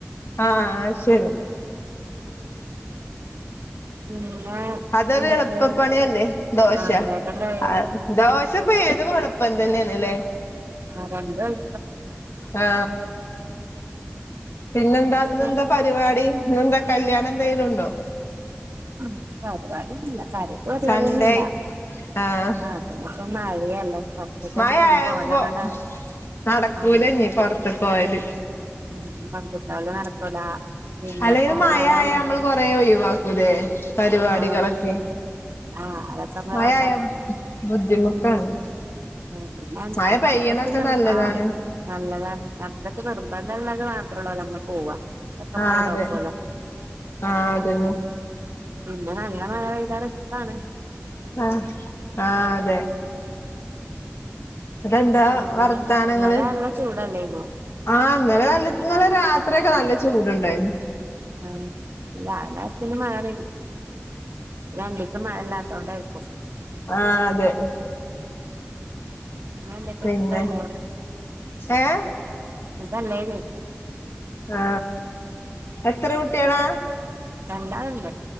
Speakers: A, on the left (about 60°); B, on the right (about 55°).
A: ആ അശരി
B: പിന്നെ
A: അതൊരു
B: എന്തൊക്കെയ
A: എളുപ്പപ്പണിന്നെ ദോശ
B: ആഹ് വേഗം കഴിയും
A: ആ ദോശപ്പ ഏതും എളുപ്പംന്നെ തന്നെണ്ല്ലേ
B: ആ പണ്ടും ആയി
A: ആ പിന്നെന്താ
B: പിന്നെ
A: ഇന്ന് എന്താ പരിപാടി ഇന്ന് എന്താ കല്യാണം എന്തെലും ഉണ്ടോ
B: ഉം പരിവാടി ഒന്നൂല്ല കാര്യായിട്ട് പരിപാടിന്നുംല്ല
A: സൺഡേ ആഹ്
B: ആ പിന്നെ ഇപ്പ മഴല്ലേ പൊറത്തിക്കുന്നുംപ്പധികം
A: മഴ ആവുമ്പോ
B: പോലെകണ്ടാണ്
A: നടക്കൂല
B: ആഹ്
A: ഇനി പൊറത്ത്ക്ക് പോവല്
B: ഉം പണ്ടത്തോലെ നടക്കൂല പിന്നെപ്പോ
A: അല്ലെലും മഴ
B: മഴയല്ലേ
A: ആയാ നമ്മള് കൊറേ ഒയിവാക്കൂല്ലെ പരിപാടികളൊക്കെ
B: ആഹ് ആഹ് അതൊക്കെ നമ്മള്
A: മയായ
B: വേണ്ടാക്കും
A: ബുദ്ധിമുട്ടാണ്
B: ആ പിന്നെ
A: മഴ
B: അത്രക്ക്
A: പെയ്യണൊക്കെ
B: ന
A: നല്ലതാണ്
B: ആ നല്ലതാണ് അത്രക്ക് നിർബന്ധള്ളത് മാത്ര ഉള്ളൂ നമ്മള് പോവാ അക്കെ നമ്മളെ
A: ആഹ് അതെ
B: കൊഴക്കൂലോ
A: ആഹ് അതന്നെ
B: പിന്നെ നല്ല മഴ പെയ്താ റിസ്‌ക്കാണ്
A: ആ ആ അതെ. വിടെന്താ
B: പിന്നെ
A: വർത്താനങ്ങള്?
B: ഇന്നലെ നല്ല ചൂടല്ലേന്നോ
A: ആ ഇന്നലെ നല്ല ഇന്നലെ രാത്രിയൊക്കെ നല്ല ചൂട്ണ്ടാരുന്നു.
B: ആഹ് രാവിലെ പിന്നെ മഴ പെയ്ത് രണ്ടുസം മഴ ഇല്ലാത്തകൊണ്ടായ്ക്കും.
A: ആ അതെ.
B: പിന്നെന്തെക്കെയാ
A: പിന്നെ
B: സുഖല്ലേ?
A: ഏ
B: സുഖല്ലേ ചോയ്ച്ച.
A: ആ എത്ര കുട്ടികളാ?
B: രണ്ടാള്ണ്ട്.